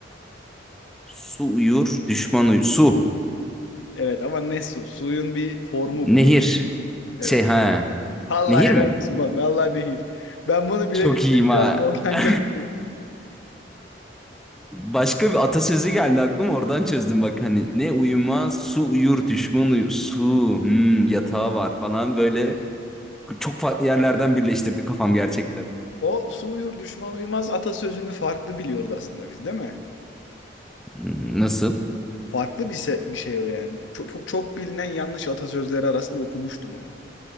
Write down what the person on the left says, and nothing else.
Evet ama ne su? Suyun bir formu
bu. Evet.
Allah
helal
olsun baba. Allah nehir. Ben bunu bilebilsem
biraz
zorlanacağım.
O su uyur düşman uyumaz atasözünü farklı biliyoruz aslında biz değil mi?
Farklı bir, se- bir şey o yani. Çok, çok, çok bilinen yanlış atasözleri arasında okumuştum onu.